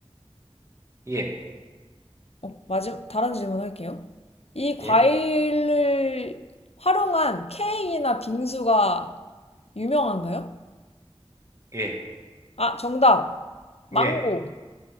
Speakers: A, on the right; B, on the left.
A: 예,
B: 어, 마지, 다른 질문 할게요. 이 과일을
A: 예,
B: 활용한 케이크나 빙수가 유명한가요?
A: 예,
B: 아, 정답. 망고.
A: 예.